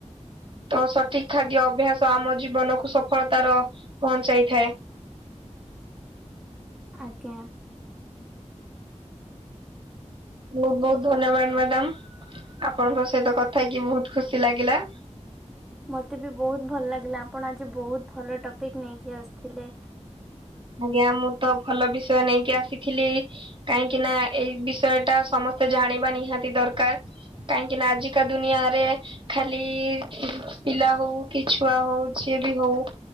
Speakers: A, on the right (about 45°); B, in the centre.
A: ତ ସଠିକ ଖାଦ୍ୟ ଅଭ୍ୟାସ ଆମ ଜୀବନକୁ ସଫଳତାର ପହଞ୍ଚାଇଥାଏ।
B: ଆଜ୍ଞା।
A: ବହୁତ ବହୁତ ଧନ୍ୟବାଦ ମ୍ୟାଡାମ ଆପଣଙ୍କ ସହିତ କଥା ହେଇକି ବହୁତ ଖୁସି ଲାଗିଲା।
B: ମତେ ବି ବହୁତ ଭଲ ଲାଗିଲା ଆପଣ ଆଜି ବହୁତ ଭଲ ଟପିକ ନେଇକି ଆସିଥିଲେ।
A: ଆଜ୍ଞା ମୁଁ ତ ଭଲ ବିଷୟ ନେଇକି ଆସିଥିଲି। କାହିଁକି ନା ଏଇ ବିଷୟ ଟା ସମସ୍ତେ ଜାଣିବା ନିହାତି ଦରକାର। କାହିଁକି ନା ଆଜିକା ଦୁନିଆରେ। ଖାଲି ପିଲା ହଉ କି ଛୁଆ ହଉ ଯିଏ ବି ହଉ।